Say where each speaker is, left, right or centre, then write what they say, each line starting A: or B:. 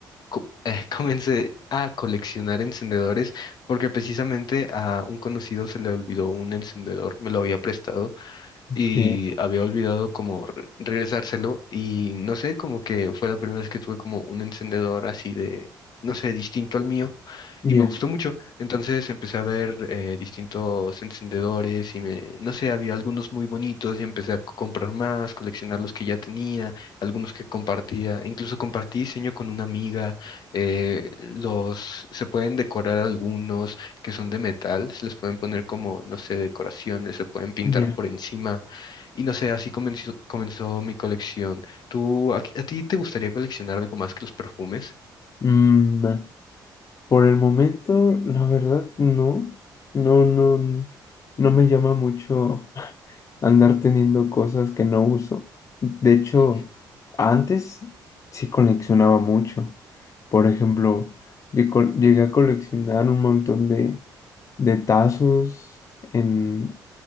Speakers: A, on the left; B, on the left.
A: co- eh, <laughs> comencé a coleccionar encendedores porque precisamente a un conocido se le olvidó un encendedor, me lo había prestado
B: ok,
A: y había olvidado como re- regresárselo y no sé, como que fue la primera vez que tuve como un encendedor así de, no sé, distinto al mío
B: ya,
A: y me gustó mucho. Entonces empecé a ver eh, distintos encendedores y me, no sé, había algunos muy bonitos y empecé a comprar más, coleccionar los que ya tenía, algunos que compartía, incluso compartí diseño con una amiga, eh, los, se pueden decorar algunos que son de metal, se les pueden poner como, no sé, decoraciones, se pueden pintar
B: ya.
A: por encima. Y no sé, así comenzó, comenzó mi colección. ¿Tú, a, a ti te gustaría coleccionar algo más que los perfumes?
B: Mm, Por el momento, la verdad, no. No, no, n- no me llama mucho <laughs> andar teniendo cosas que no uso. De hecho,
A: Ujú.
B: antes sí coleccionaba mucho. Por ejemplo, yo col- llegué a coleccionar un montón de, de tazos, en